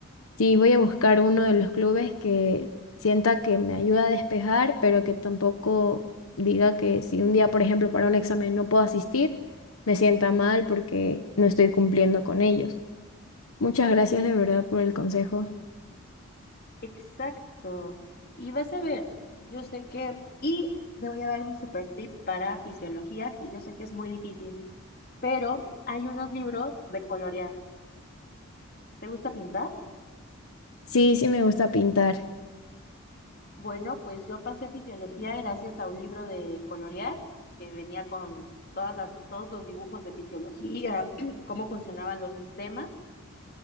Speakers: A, on the left (about 80°); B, on the left (about 45°).
A: sí, voy a buscar uno de los clubes que sienta que me ayuda a despejar, pero que tampoco diga que si un día, por ejemplo, para un examen no puedo asistir, me sienta mal porque no estoy cumpliendo con ellos. Muchas gracias de verdad por el consejo.
B: Exacto. Y vas a ver, yo sé que, y te voy a dar un super tip para fisiología, que yo sé que es muy difícil, pero hay unos libros de colorear. ¿Te gusta pintar?
A: Sí, sí me gusta pintar.
B: Bueno, pues yo pasé fisiología gracias a un libro de colorear que venía con todas las, todos los dibujos de fisiología, <clears throat> cómo funcionaban los sistemas.